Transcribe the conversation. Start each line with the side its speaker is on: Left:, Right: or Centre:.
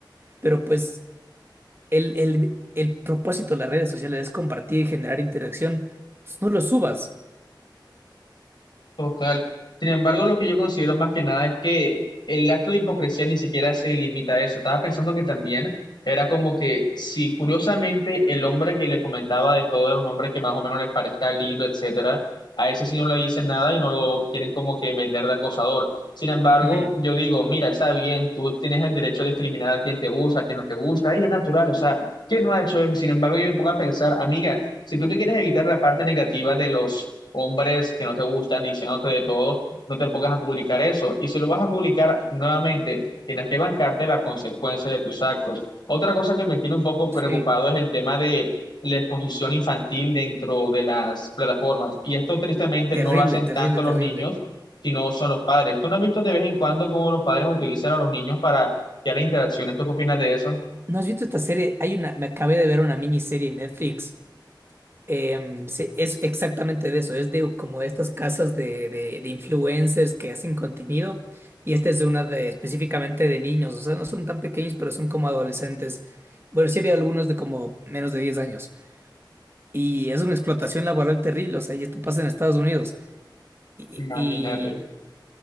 Right: Pero pues el, el, el propósito de las redes sociales es compartir y generar interacción, pues no lo subas.
Left: Total. Sin embargo, lo que yo considero más que nada es que el acto de hipocresía ni siquiera se limita a eso. Estaba pensando que también era como que si curiosamente el hombre que le comentaba de todo era un hombre que más o menos les parezca lindo, etcétera, a ese sí no le dicen nada y no lo quieren como que vender de acosador. Sin embargo,
Right: Ujú.
Left: yo digo, mira, está bien, tú tienes el derecho a discriminar a quien te gusta, a quien no te gusta, y es natural, o sea, ¿quién no ha hecho eso? Sin embargo, yo me pongo a pensar, amiga, si tú te quieres evitar la parte negativa de los hombres que no te gustan diciéndote de todo, no te pongas a publicar eso. Y si lo vas a publicar nuevamente, tienes que bancarte la consecuencia de tus actos. Otra cosa que me tiene un poco preocupado
Right: Sí,
Left: es el tema de la exposición infantil dentro de las plataformas. Y esto tristemente
Right: terrible,
Left: no lo hacen
Right: terrible,
Left: tanto los
Right: terrible.
Left: niños, sino son los padres. ¿Tú no has visto de vez en cuando cómo los padres utilizan a los niños para crear interacciones? ¿Tú qué opinas de eso?
Right: ¿No has visto esta serie? Hay una, me acabé de ver una miniserie en Netflix Em, sí, es exactamente de eso, es de como estas casas de, de, de influencers que hacen contenido y esta es de una de específicamente de niños, o sea, no son tan pequeños, pero son como adolescentes. Bueno, sí había algunos de como menos de 10 años y es una explotación laboral terrible, o sea, y esto pasa en Estados Unidos. Y,
Left: Imagínate.
Right: y